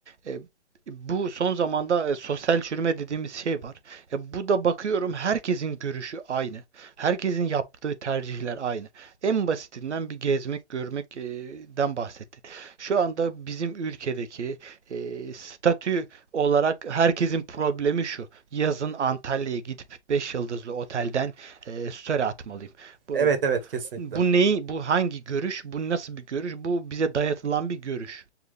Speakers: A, on the right; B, on the right.
A: E, bu son zamanda e, sosyal çürüme dediğimiz şey var. E, bu da bakıyorum herkesin görüşü aynı. Herkesin yaptığı tercihler aynı. En basitinden bir gezmek, görmekten e, bahsettin. Şu anda bizim ülkedeki e, statü olarak herkesin problemi şu. Yazın Antalya'ya gidip 5 yıldızlı otelden eee story atmalıyım. Bu,
B: Evet evet kesinlikle.
A: bu neyi, bu hangi görüş, bu nasıl bir görüş, bu bize dayatılan bir görüş.